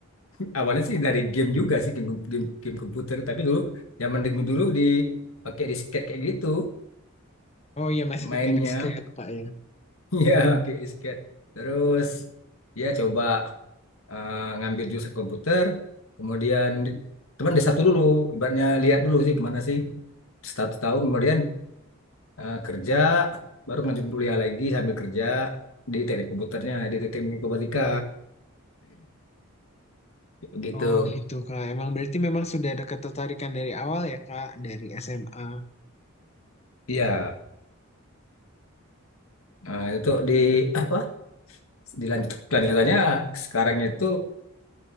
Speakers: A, on the left; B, on the left.
A: <laughs> awalnya sih dari game juga sih game game, game komputer tapi dulu zaman dulu dulu di pakai disket kayak gitu
B: Oh iya masih
A: mainnya.
B: pakai disket
A: <laughs>
B: ya Kak ya.
A: Ya, pakai disket. Terus ya coba eh, ngambil jurusan komputer, kemudian teman desa satu dulu, ibaratnya lihat dulu sih kemana sih, satu tahun kemudian eh, kerja, baru lanjut kuliah lagi sambil kerja di teknik komputernya, di teknik informatika, <clears throat> gitu.
B: Oh gitu Kak. Emang berarti memang sudah ada ketertarikan dari awal ya Kak dari SMA.
A: Iya, eh, itu di apa? Dilanjut kelanjutannya sekarang itu